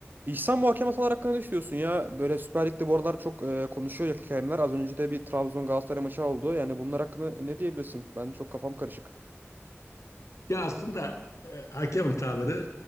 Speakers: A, on the right (about 40°); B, on the left (about 85°).
A: İhsan muhakeme hatalar hakkında ne düşünüyorsun ya? Böyle Süper Lig'de bu aralar çok e, konuşuyor ya hakemler. Az önce de bir Trabzon Galatasaray maçı oldu. Yani bunlar hakkında ne diyebilirsin? Ben çok kafam karışık.
B: Ya aslında e, hakem hataları